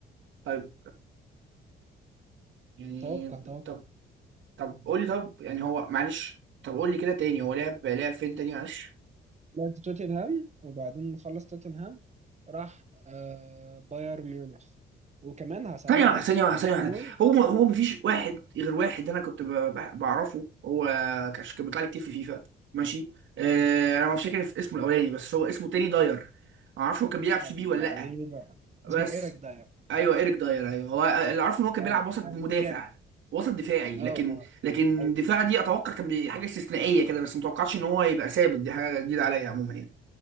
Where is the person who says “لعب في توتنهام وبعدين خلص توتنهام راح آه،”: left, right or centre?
Right